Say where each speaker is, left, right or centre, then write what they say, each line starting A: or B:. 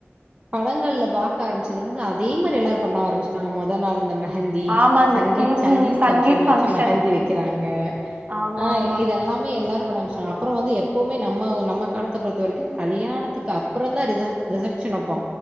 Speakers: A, on the right (about 20°); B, on the right (about 35°).
A: படங்கள்ல பார்க்க ஆரம்பச்சதுலிருந்து அதே மாரி எல்லாரு பண்ண ஆரம்பச்சிட்டாங்க மொதல் நாள் இ அந்த மெஹந்தி
B: ஆமா
A: சங்கீத்
B: ம்
A: சங்கீத்
B: ம்
A: பங்க்ஷன்
B: ஃபங்க்ஷன்
A: வெச்சு மெகந்தி வெக்கிறாங்க
B: ஆமா
A: ஆ
B: ஆமா
A: இதெல்லாமே எல்லாரு <unintelligible> அப்புறோ வந்து எப்பவுமே நம்ம நம்ம காலத்த பொறுத்த வரைக்கோ கல்யாணத்துக்கு அப்புறோ தா ரி ரிசப்ஷன் வெப்போ